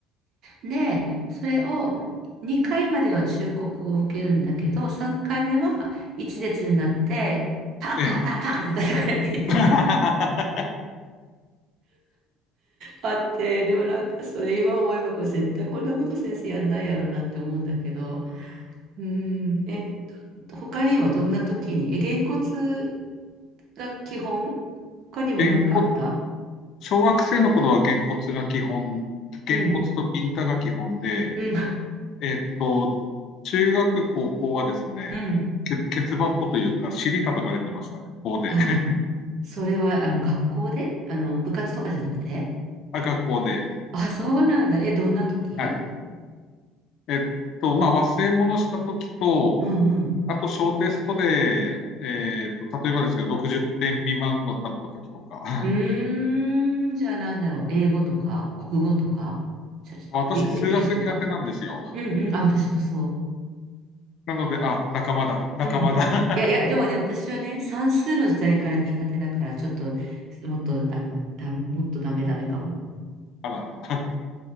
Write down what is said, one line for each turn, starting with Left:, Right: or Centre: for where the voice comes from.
Right: で、それを2回までは忠告を受けるんだけど、3回目は一列になって、パンパンパンパンって叩かれていってたの。
Left: ええ。<laughs>
Right: あって、でもなんかそれ今思えばこれ絶対こんなこと先生やんないやろなって思うんだけど、うん、え、他にはどんな時に、え、げんこつが基本他にもなんかあった
Left: げんこ小学生の頃はげんこつが基本、げんこつとピンタが基本で、
Right: うん、うん、
Left: えっと、中学、高校はですね、
Right: <laughs> うん。
Left: ケ、ケツバットというか、尻叩かれてましたね、校で。
Right: あ、
Left: <laughs>
Right: それはあの学校であの部活とかじゃなくて
Left: あ、学校で。
Right: あ、そうなんだ。え、どんな時
Left: はい。えっと、まあ、忘れ物した時と、
Right: うんうん。
Left: あと、小テストで、えっと、例えばですけど、60点未満のだった時とか、
Right: うーん、
Left: <laughs>
Right: じゃあなんだろう。英語とか国語とかしゃしで歴史とか
Left: 私、数学苦手なんですよ。
Right: うんうん。あ、私もそう。
Left: なので、あ、仲間だ、仲間だ。
Right: うん。いやいや、でもね、私はね、算数の時代から苦手だから、ちょっと、もっと、あの、だ、もっとダメダメかも。
Left: <laughs> あらあら。